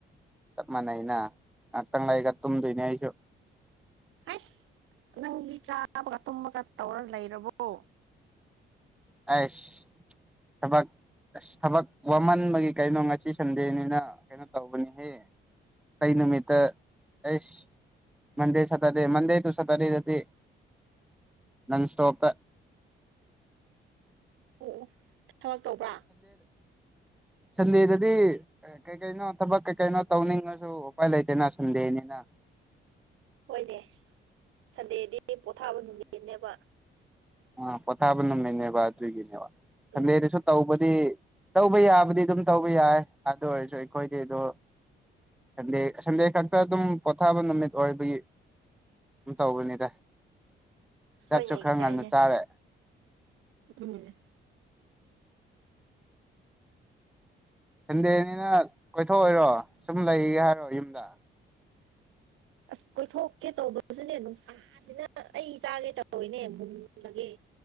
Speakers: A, in the centre; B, on the right.
A: ꯆꯞ ꯃꯥꯟꯅꯩꯩꯅ ꯉꯍꯥꯛꯇꯪ ꯂꯩꯒ ꯇꯨꯝꯗꯣꯏꯅꯦ ꯑꯩꯁꯨ
B: ꯑꯁ ꯅꯪꯗꯤ ꯆꯥꯕꯒ ꯇꯨꯝꯃꯒ ꯇꯧꯔ ꯂꯩꯔꯕꯣ
A: ꯑꯁ ꯊꯕꯥꯥꯛ ꯑꯁ ꯊꯕꯛ ꯋꯥꯃꯟꯕꯒꯤ ꯀꯩꯅꯣ ꯉꯁꯤ ꯁꯟꯗꯦꯅꯤꯅ ꯀꯩꯅꯣ ꯇꯧꯕꯅꯤꯍꯦ ꯀꯩ ꯅꯨꯃꯤꯠꯠꯇ ꯑꯦꯁ ꯃꯗꯦ ꯁꯇꯥꯗꯦ ꯃꯗꯦ ꯇꯨ ꯁꯇꯥꯔ ꯑꯗꯨꯗꯤ ꯅꯟ ꯁꯇꯣꯄꯦ
B: ꯑꯣ ꯊꯕꯛ ꯇꯧꯕ꯭ꯔꯥ
A: ꯆꯗꯦꯗꯗꯤ ꯀꯩ ꯀꯩꯅꯣ ꯊꯕꯛ ꯀꯩ ꯀꯩꯅꯣ ꯇꯧꯅꯤꯡꯉꯁꯨ ꯎꯄꯥꯏ ꯂꯩꯇꯦꯅ ꯁꯟꯗꯦꯅꯤꯅ
B: ꯍꯣꯏꯅꯦ ꯁꯟꯗꯦꯗꯤ ꯄꯣꯊꯥꯕ ꯅꯨꯃꯤꯠꯅꯦꯕ
A: ꯑꯥ ꯄꯣꯊꯥꯕ ꯅꯝꯃꯤꯅꯦꯕ ꯑꯗꯨꯒꯤꯅꯦꯕ ꯁꯟꯗꯦꯗꯁꯨ
B: ꯎꯝ
A: ꯇꯧꯕꯗꯤ ꯇꯧꯕ ꯌꯥꯕꯨꯗꯤ ꯑꯗꯨꯝ ꯇꯧꯕ ꯌꯥꯏ ꯑꯗꯨ ꯑꯣꯏꯔꯁꯨ ꯑꯩꯈꯣꯏꯗꯤ ꯑꯗꯨꯣ ꯁꯟꯗꯦ ꯁꯟꯗꯦ ꯈꯛꯇ ꯑꯗꯨꯝ ꯄꯣꯊꯥꯕ ꯅꯨꯃꯤꯠ ꯑꯣꯏꯕꯒꯤ ꯇꯧꯕꯅꯤꯗ ꯆꯥꯛꯁꯨ
B: ꯍꯣꯏꯅꯦ
A: ꯈꯔ
B: ꯀꯏꯅꯦ
A: ꯉꯟꯅ ꯆꯥꯔꯦ
B: ꯎꯦ <unintelligible> <inaudible>
A: ꯁꯟꯗꯦꯅꯤꯅ ꯀꯣꯏꯊꯣꯛꯑꯣꯏꯔꯣ ꯁꯨꯝ ꯂꯩꯒꯦ ꯍꯥꯏꯔꯣ ꯌꯨꯝꯗ <unintelligible> <inaudible>
B: ꯑꯁ ꯀꯣꯏꯊꯣꯛꯀꯦ ꯇꯧꯕ꯭ꯔꯁꯨꯅꯦ ꯅꯨꯡꯁꯥꯁꯤꯅ ꯑꯩ ꯆꯥꯒꯦ ꯇꯧꯔꯤꯅꯦ ꯃꯨꯟ ꯃꯨꯜꯂꯒꯦ